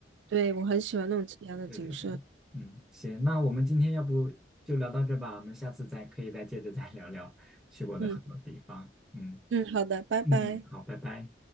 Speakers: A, on the right (about 85°); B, in the centre.
A: 对，我很喜欢那种自然的景色。
B: 对对对，嗯，行，那我们今天要不就聊到这吧，我们下次再可以再接着再聊聊去过的很多地方，
A: 嗯
B: 嗯
A: 嗯，好的，拜拜。
B: 嗯嗯，好，拜拜。